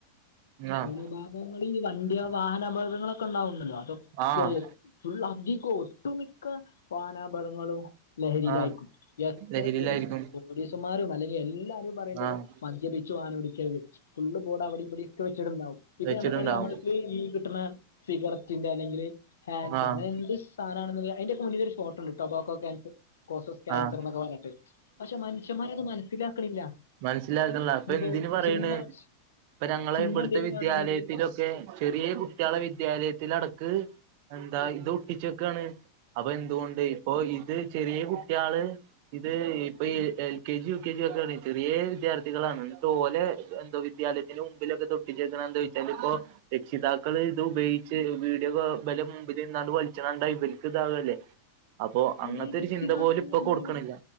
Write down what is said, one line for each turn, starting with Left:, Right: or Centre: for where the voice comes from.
Right: ആഹ്
Left: ഉൾഭാഗങ്ങളിൽല് ഈ വണ്ടിയ വാഹന അപകടങ്ങളൊക്കെ ഉണ്ടാവണ്ടല്ലോ അതൊക്കെ
Right: ആഹ്
Left: ഫുള്ള് അധികം ഒട്ടുമിക്ക വാഹനാപകടങ്ങളും ലഹരിയിലായിരിക്കും
Right: ആഹ്
Left: എത്ര
Right: ലഹരിയിലായിരിക്കും
Left: പോലീസ് പോലീസുമാരും അല്ലെങ്കിൽ എല്ലാരും പറയേണ്ടത്
Right: ആഹ്
Left: മദ്യപിച്ചു വാഹനോടിക്കരുത് ഫുള്ള് ബോഡ് അവിടെ ഇടി വെച്ചിട്ടുണ്ടാാവും ഇപ്പൊ
Right: വെച്ചിട്ടുണ്ടാവും
Left: നമുക്കറിയാം നമ്മക്ക് ഈ കിട്ടുന്ന സിഗരറ്റിന്റെ അല്ലെങ്കിൽ ഹാൻസോ
Right: ആഹ്
Left: അങ്ങനെ എന്ത് സാധനാണെലും അതിന്റെയൊക്കെ മുന്നിൽ ഒരു ഫോട്ടോണ്ട് കട്ടോൻസ് കോസോസ് ക്യാൻസർ
Right: ആഹ്
Left: എന്നൊക്കെ പറഞ്ഞിട്ട് പക്ഷെ മനുഷ്യമാർ അത് മനസ്സിലാക്കണില്ല
Right: മനസ്സിലാക്ക്ണ്ല്ല അപ്പൊ
Left: ഇനിയിപ്പോ
Right: എന്തിന് പറയണ്
Left: സിനിമ
Right: ഇപ്പൊ ഞങ്ങള്
Left: സിനിമ
Right: ഇവിടുത്തെ
Left: എന്തെലും
Right: വിദ്യാലയത്തിലൊക്കെ
Left: കാണുകയാണെങ്കിൽ
Right: ചെറിയ കുട്ടികളെ വിദ്യ വിദ്യാലയത്തി അടക്ക് എന്താ ഇത് ഒട്ടിച്ച് വക്കാണ് അപ്പൊ എന്തുകൊണ്ട് ഇപ്പൊ ഇത് ചെറിയ കുട്ടികള് ഇത് ഇപ്പൊ എ L K G U K G ഒക്കെയ ആണ് ചെറ്യേ വിദ്യാർത്ഥികളാണ് ന്നട്ടോലെ എന്താ വിദ്യാലയത്തിന്റെ മുമ്പിലൊക്കെ തൊട്ടിച്ചേക്കണ എന്തോച്ചാൽ ഇപ്പോ രക്ഷിതാക്കള് ഇത് ഉപയോഗിച്ച് വീട് ബലെ മുമ്പിലിന്നാണ്ട് വലിച്ചണണ്ടാ ബൽക്ക് ഇതാവല്ലേ
Left: <inaudible>
Right: അപ്പൊ
Left: അതില്
Right: അങ്ങത്തെരു
Left: രക്ഷിതാക്കള്
Right: ചിന്ത പോലും ഇപ്പൊ
Left: നമ്മള്
Right: കൊട്ക്കിണില്ല.